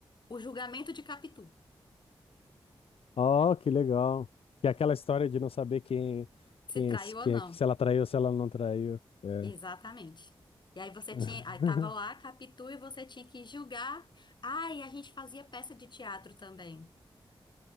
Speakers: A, on the left (about 50°); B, on the left (about 85°).
A: O Julgamento de Capitu,
B: Ó, que legal. Que é aquela história de não saber quem, quem,
A: se traiu
B: quem,
A: ou não.
B: é que- se ela traiu ou se ela não traiu. É.
A: Exatamente. E aí você
B: <laughs>
A: tinha, aí tava lá Capitu e você tinha que julgar. Ah, e a gente fazia peça de teatro também.